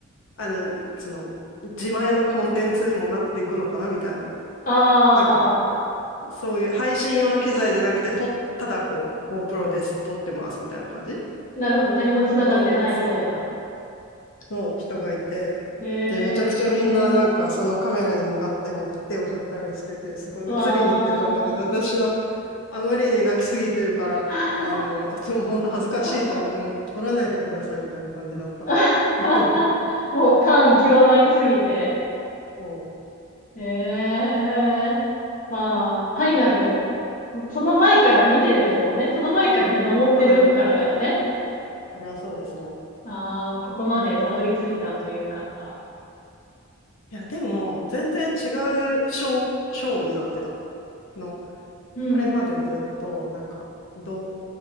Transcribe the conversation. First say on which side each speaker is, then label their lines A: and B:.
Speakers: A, on the left (about 70°); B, on the left (about 40°).
A: あの、その、自前のコンテンツにもなっていくのかなみたいな。
B: ああ、
A: なんか、そういう配信用の機材じゃなくて、と、ただこう、GoPro です、撮ってます、みたいな感じ
B: なるほど。何もつながってないみたいな。
A: の、そう、の人がいて、
B: へえ。
A: で、めちゃくちゃみんななんか、そのカメラに向かっても手を振ったりしてて、すごい映りに行ってたんだけど、
B: わ
A: 私はあまりに泣きすぎてるから、
B: あ。
A: あの、でも本当恥ずかしいと思って、
B: <laughs>
A: もう撮らないでください、みたいな感じだった。
B: <laughs>
A: <laughs>
B: もう感極まりすぎて。
A: そ
B: ええまあ、ファイナル、その前から見てるもんね。その前から見守ってるからだよね。
A: う、そうだな。それはそうですね。
B: ああ、ここまでたどり着いたという感が。
A: いや、でも、
B: ええ
A: 全然違うショー、ショーになってたの。
B: うん、
A: これまでずっと、なんか、ド、